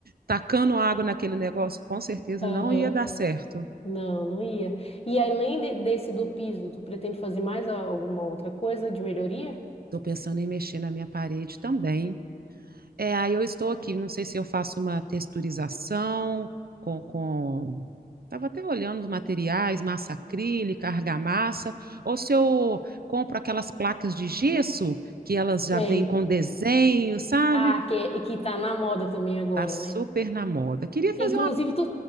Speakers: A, on the right (about 75°); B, on the left (about 40°).
A: tacando água naquele negócio, com certeza
B: Aham.
A: não ia dar certo.
B: Não, não ia. E além de- desse do piso, tu pretende fazer mais a- alguma outra coisa de melhoria?
A: Estou pensando em mexer na minha parede também. É, aí eu estou aqui, não sei se eu faço uma texturização com, com... Estava até olhando os materiais, massa acrílica, argamassa, ou se eu compro aquelas placas de gesso que elas já
B: Sei.
A: vêm com desenho, sabe?
B: Ah, que, que tá na moda também agora,
A: Tá super
B: né?
A: na moda. Queria fazer
B: Inclusive,
A: uma...
B: tu.